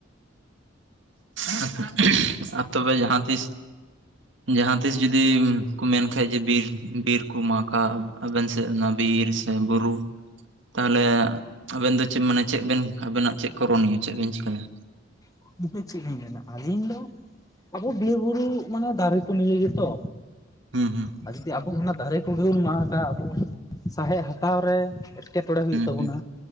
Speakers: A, on the right; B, on the left.
A: <unintelligible> ᱟᱨ ᱛᱚᱵᱮ ᱡᱟᱦᱟᱸᱤᱥ ᱡᱟᱦᱟᱸ ᱛᱤᱥ ᱡᱩᱫᱤ ᱠᱚ ᱢᱮᱱ ᱠᱷᱟᱱᱡ ᱡᱮ ᱵᱤᱨ ᱵᱤᱨ ᱠᱚ ᱢᱟᱜᱼᱟ ᱟᱵᱮᱱ ᱥᱮᱫ ᱚᱱᱟ ᱵᱤᱨ ᱥᱮ ᱵᱩᱨᱩ ᱛᱟᱦᱚᱞᱮ ᱟᱵᱮᱱ ᱫᱚ ᱪᱮᱫ ᱢᱟᱱᱮ ᱪᱮᱫ ᱵᱮᱱ ᱟᱵᱮᱱᱟᱜ ᱪᱮᱫ ᱠᱚ ᱨᱚᱱᱭᱟ ᱪᱮᱫ ᱵᱮᱱ ᱪᱮᱤᱠᱟᱹᱭᱟ
B: <unintelligible> ᱞᱤᱧ ᱟᱹᱞᱤᱧ ᱫᱚᱼᱼ ᱟᱵᱚ ᱵᱤᱨ ᱵᱩᱨᱩ ᱢᱟᱱᱮ ᱫᱟᱨᱮ ᱠᱚ ᱱᱤᱭᱮ ᱜᱮᱛᱚ
A: ᱦᱩᱸ ᱦᱩᱸ
B: ᱟᱨ ᱡᱩᱫᱤ ᱟᱵᱚ ᱚᱱᱟ ᱫᱟᱨᱮ ᱠᱚᱜᱮ ᱵᱚᱱ ᱢᱟᱜ ᱜᱟ ᱟᱵᱚ ᱥᱟᱣᱦᱮᱫ ᱦᱟᱛᱟᱣ ᱨᱮ ᱮᱴᱠᱮ ᱴᱚᱲᱮ ᱦᱩᱭᱩᱜ
A: ᱦᱩᱸ
B: ᱛᱟᱵᱚᱱᱟ᱾
A: ᱦᱩᱸ